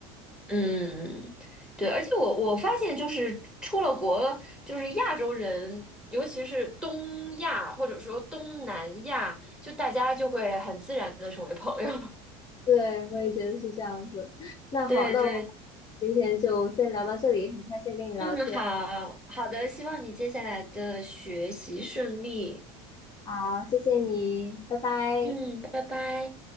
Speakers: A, in the centre; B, on the left.
A: 嗯，对，而且我我发现就是出了国，就是亚洲人，尤其是东亚或者说东南亚，就大家就会很自然的成为朋友。
B: 对，我也觉得是这样子。那好，
A: <laughs> 对对，
B: 那我今天就先聊到这里，很开心跟你聊天。
A: 嗯，好好的，希望你接下来的学习顺利。
B: 好，谢谢你，拜拜。
A: 嗯，拜拜。